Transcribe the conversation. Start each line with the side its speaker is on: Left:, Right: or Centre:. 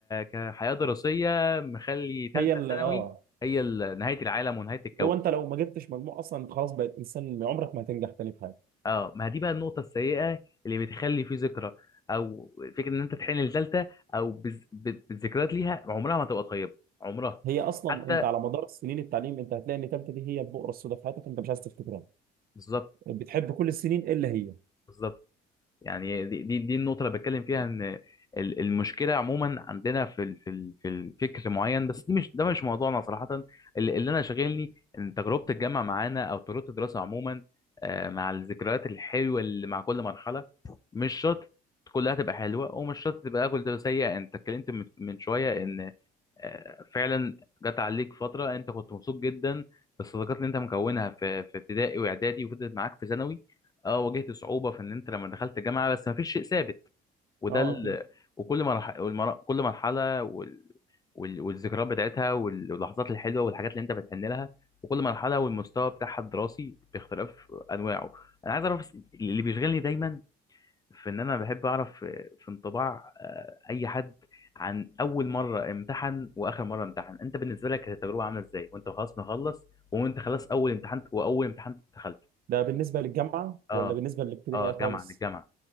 Left: كحياه دراسيه مخلي ثالثه
Right: هي اللي
Left: ثانوي
Right: اه
Left: هي ال- نهايه العالم ونهايه الكون
Right: لو انت لو ما جبتش مجموع اصلا انت خلاص بقيت انسان عمرك ما هتنجح تاني في حاجه
Left: اه ما دي بقى النقطة السيئة اللي بتخلي فيه ذكرى او فكرة ان انت تحن لثالثة او بالز- بال- بالذكريات ليها عمرها ما تبقى طيبة عمرها
Right: هي اصلا
Left: حتى
Right: انت على مدار سنين التعليم انت هتلاقي ان ثالثه دي هي البؤره السوداء في حياتك انت مش عايز تفتكرها
Left: بالظبط
Right: بتحب كل السنين الا هي
Left: بالظبط يعني دي دي, دي النقطه اللي بتكلم فيها ان ال- المشكله عموما عندنا في ال- في ال- في الفكر معين بس دي مش ده مش موضوعنا صراحه اللي اللي انا شاغلني ان تجربه الجامعه معانا او تجربه الدراسه عموما آه، مع الذكريات الحلوه اللي مع كل مرحله مش شرط كلها تبقى حلوه ومش شرط تبقى كلها سيئه انت اتكلمت من من شويه ان آه، فعلا جت عليك فتره انت كنت مبسوط جدا بالصداقات اللي انت مكونها في في ابتدائي واعدادي وفضلت معاك في ثانوي اه واجهت صعوبه في ان انت لما دخلت الجامعه بس ما فيش شيء ثابت وده
Right: اه
Left: ال...
Right: اكيد
Left: وكل مرحله والمر... كل مرحله وال... وال... والذكريات بتاعتها وال- واللحظات الحلوه والحاجات اللي انت بتحن لها وكل مرحله والمستوى بتاعها الدراسي باختلاف انواعه انا عايز اعرف بس اللي بيشغلني دايما في ان انا بحب اعرف في في انطباع آه، اي حد عن اول مره امتحن واخر مره امتحن انت بالنسبه لك التجربه عامله ازاي وانت خلاص مخلص وانت خلاص اول امتحان واول امتحان دخلته
Right: ده بالنسبه للجامعه
Left: اه
Right: ولا بالنسبه للابتدائيه
Left: اه
Right: خالص
Left: جامعه للجامعه